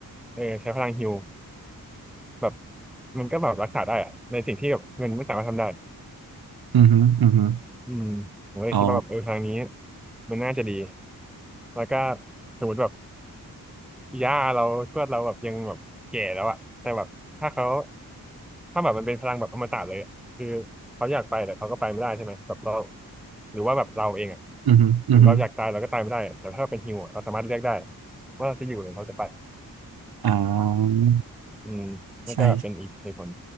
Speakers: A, in the centre; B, on the right.
A: เออใช้พลังฮีลแบบมันก็แบบรักษาได้อะในสิ่งที่แบบเงินไม่สามารถทำได้
B: อือฮึอือฮึ
A: อืมผมก็เลยคิดว่าแบบเออทางนี้
B: อ๋อ
A: มันน่าจะดีแล้วก็สมมติแบบ ย่าเราทวดเราแบบยังแบบแก่แล้วอะแต่แบบถ้าเขาถ้าแบบมันเป็นพลังแบบอมตะเลยอะคือเขาอยากไปแต่เขาก็ไปไม่ได้ใช่ไหมแบบเราหรือว่าแบบเราเองอะ
B: อือฮึอือฮึ
A: ถึงเราอยากตายเราก็ตายไม่ได้อะแต่ถ้าเป็นฮิวอะเราสามารถเลือกได้ว่าเราจะอยู่หรือเราจะไป
B: อ่า
A: อืมนั่นก็เป็นอีกเหตุผล
B: ใช่